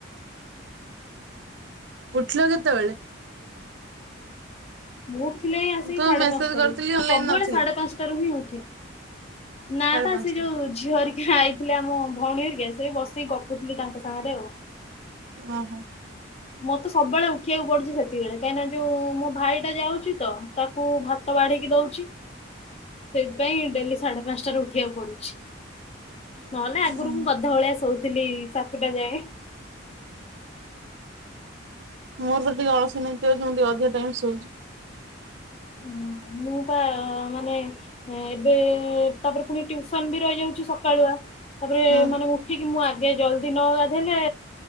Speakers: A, on the right (about 60°); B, on the left (about 30°).
A: ଉଠିଲ କେତ ବେଳେ।
B: ମୁଁ ଉଠିଲିଣୀ ଆସିକି
A: ମୁଁ ତ
B: ସାଢେ
A: ମେସେଜ
B: ପାନ୍ସଟାରୁ
A: କରିଥିଲି ଅନଲାଇନ
B: ସବୁବୋଳେ
A: ନଥିଲ
B: ସାଢେ ପାନ୍ସଟାରୁ ହିଁ ଉଠେ। ନା
A: ସାଢେ
B: ଟା
A: ପାଞ୍ଚଟା
B: ସେ ଯୋଉ ଝିଅ ହରିକା ଆଇଥିଲେ ଆମ ଭଉଣୀ ହରିକା ସେ ବସିକି ଗପ୍ ଉଠିଲି ତାଙ୍କ ସାଙ୍ଗରେ ଆଉ।
A: ଓହୋ
B: ମୋର୍ ତ ସବୁବେଳେ ଉଠିବାକୁ ପଡୁଛି ସେତିକି ବେଳେ କାହିଁକିନା ଯୋଉ ମୋ ଭାଇଟା ଯାଉଛି ତ ତାକ୍ କୁ ଭାତ ବାଢିକି ଦଉଛି। ସେଥିପାଇଁ ଡେଲି ସାଢେ ପାଞ୍ଚଟାରେ ଉଠିବାକୁ ପଡୁଛି। ନହେଲେ ଆଗରୁ
A: ଓହୋ
B: ମୁଁ ଗଧ ଭଳିଆ ଶୋଉଥିଲି ସାତୁଟା ଯାଏ।
A: ମୋର ତ ଟିକେ ଅଳସୀ ନୀତି ଅଛି ମୁଁ ଟିକେ ଅଧିକା ଟାଇମ୍ ଶୋଉଛି।
B: ଇ ମା ମୁଁ ପା ମାନେ ଏବେ ତାପରେ ପୁଣି ଟ୍ୟୁସନ୍ ବି ରହିଯାଉଛି ସକାଳୁଆ। ତାପରେ
A: ହୁଁ
B: ମାନେ ଉଠିକି ମୁଁ ଆ ଯେ ଜଲଦି ନଗାଧେଇଲେ